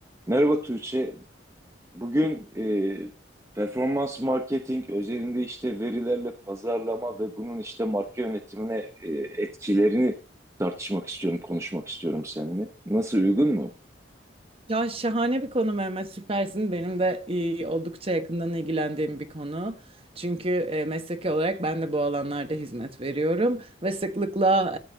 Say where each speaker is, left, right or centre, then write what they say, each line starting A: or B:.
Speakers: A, on the right; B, on the right.
A: Merhaba Tuğçe. Bugün e, performans marketing özelinde işte verilerle pazarlama ve bunun işte marka yönetimine e, etkilerini tartışmak istiyorum, konuşmak istiyorum seninle. Nasıl uygun mu?
B: Ya şahane bir konu Mehmet, süpersin. Benim de e, oldukça yakından ilgilendiğim bir konu. Çünkü e, mesleki olarak ben de bu alanlarda hizmet veriyorum ve sıklıkla